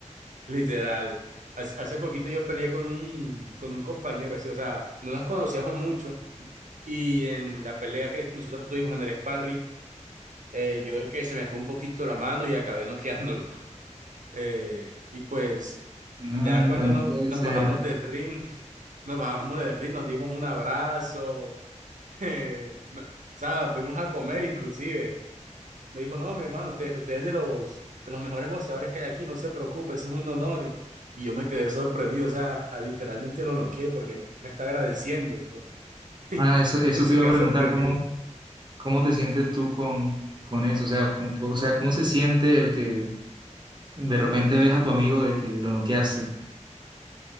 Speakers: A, on the right; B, on the right.
A: Literal. Hace hace poquito yo peleé con un, con un compañero, así, o sea, no nos conocíamos mucho y en la pelea que nosotros tuvimos en el sparring, eh, yo creo que se me fue un poquito la mano y acabé noqueándolo. <laughs> Eh, y pues
B: Anda,
A: ya cuando
B: no
A: no,
B: puede
A: nos
B: ser.
A: bajamos del ring, <laughs> nos bajamos del ring, nos dimos un abrazo, <laughs> eh, no- o sea, fuimos a comer inclusive. Me dijo, no, mi hermano, usted, usted es de los, de los mejores boxeadores que hay aquí, no se preocupe, eso es un honor. Y, y yo me quedé sorprendido, o sea, literalmente lo noqué porque me está agradeciendo. <laughs>
B: Ah, eso, eso
A: No se
B: te iba
A: queda
B: a preguntar,
A: sorprendido.
B: ¿cómo, cómo te sientes tú con, con eso? O sea, con- o sea, ¿cómo se siente el que de repente ves a tu amigo de que lo noqueaste.